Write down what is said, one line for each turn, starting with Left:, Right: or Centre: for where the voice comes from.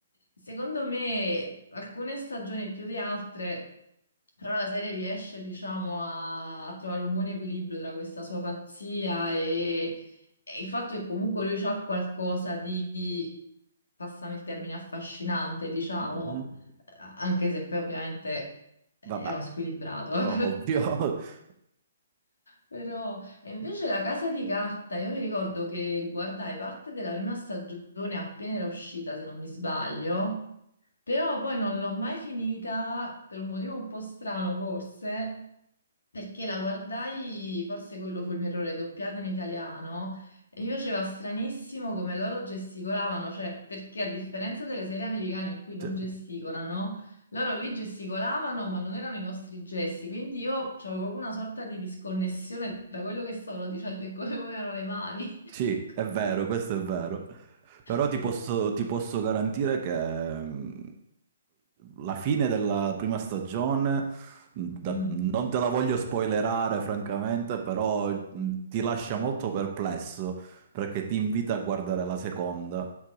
Left: secondo me alcune stagioni più di altre, però la serie riesce, diciamo, a, a trovare un buon equilibrio tra questa sua pazzia e, e il fatto che comunque lui ha qualcosa di, passami il termine, affascinante, diciamo,
Right: Mhm.
Left: eh, anche se poi ovviamente è
Right: Vabbè.
Left: uno squilibrato. <laughs>
Right: O- Ovvio. <laughs>
Left: Però, e invece la casa di carta, io mi ricordo che guardai parte della prima stagione appena era uscita, se non mi sbaglio, però poi non l'ho mai finita per un motivo un po' strano, forse, perché la guardai, forse quello fu il mio errore, doppiata in italiano, e mi faceva stranissimo come loro gesticolavano, cioè perché a differenza delle serie americane in cui non
Right: Cioè,
Left: gesticolano, loro lì gesticolavano ma non erano i nostri gesti, quindi io avevo proprio una sorta di disconnessione tra quello che stavano dicendo e come muovevano le mani.
Right: Sì,
Left: <laughs>
Right: è vero, questo è vero. Però ti
Left: Quindi
Right: posso, ti posso garantire che mm, la fine della prima stagione, mm, da-
Left: mm,
Right: non te la voglio spoilerare francamente, però mm,
Left: mm,
Right: ti lascia molto perplesso perché ti invita a guardare la seconda.